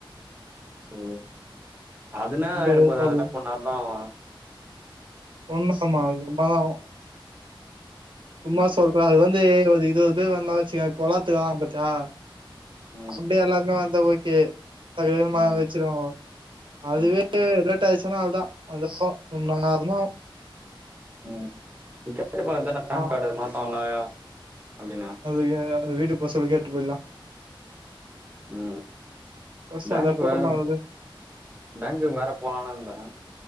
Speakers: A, on the right (about 20°); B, on the right (about 65°).
A: ஓ அதுனா
B: ரொம்ப
A: ஆயிட
B: வெறுப்பா
A: போது அதனா
B: போயிடும்.
A: கொன்னான்தா ஆவு
B: கொண்ணு தம் ஆகாது வம்பாதா ஆகு சும்மா
A: ம்
B: சொல்றே அது வந்து ஒரு இருவது பேர் வந்தா வச்சுக்கயே பொல்லாத்துகார பாத்தியா
A: ம்
B: அப்பிடியே எல்லாருமே வந்தா ஓகே அது வேகமா
A: ம்
B: ஆரம்பிச்சுருவாங்கோ அதுவே
A: ம்
B: அதுவே லேட்டாய்ருச்சுனா அவ்ளதா அதல்லா ஒன்னொன்னா ஆகனு
A: ம் கேட்டு பாத்தா பேன்
B: ஆ
A: கார்டு மாத்துவாங்கயா அப்டின்னே
B: அதுக்கு எங்கயாவது வீட்டுக்கு போ சொல்லு கேட்டு போயிலா
A: ம்
B: ஃபர்ஸ்ட்
A: பேங்கு
B: அதா கூட்டமா
A: வேற
B: வருது.
A: பேங்குக் வேற போலான் இருந்தே